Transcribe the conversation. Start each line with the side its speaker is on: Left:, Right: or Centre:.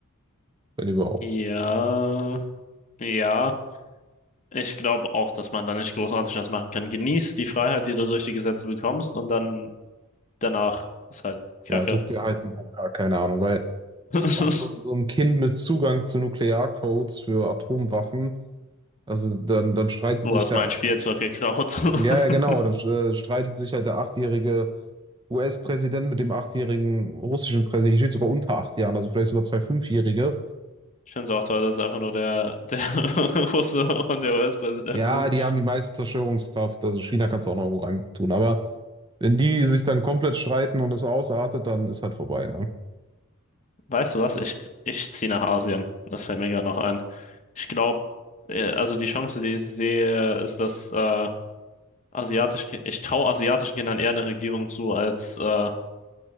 Right: wenn überhaupt.
Left: ja, ja. Ich glaube auch, dass man da nicht großartig was machen kann. Genieß die Freiheit, die du durch die Gesetze bekommst, und dann danach ist halt Kacke.
Right: Ja, such dir halt einen Bunker, keine Ahnung. Weil
Left: <laughs>
Right: auch so, ein- so ein Kind mit Zugang zu Nuklearcodes für Atomwaffen, also dann, dann streitet
Left: Du
Right: sich
Left: hast
Right: da,
Left: mein Spielzeug geklaut.
Right: ja, ja,
Left: <laughs>
Right: genau, dann äh, streitet sich halt der Achtjährige US-Präsident mit dem achtjährigen russischen Präsidenten, hier steht sogar unter acht Jahren, also vielleicht sogar zwei Fünfjährige.
Left: Ich finde es auch toll, dass es einfach nur der, der <laughs> Russe und der US-Präsident
Right: Ja,
Left: sind.
Right: die haben die meiste Zerstörungskraft, also China kannst du auch noch irgendwo rein tun. Aber wenn die sich dann komplett streiten und es ausartet, dann ist halt vorbei, ne?
Left: Weißt du was? Ich, ich ziehe nach Asien. Das fällt mir gerade noch ein. Ich glaube, also die Chance, die ich sehe, ist, dass äh, asiatische, ich traue asiatischen Kindern eher eine Regierung zu als äh,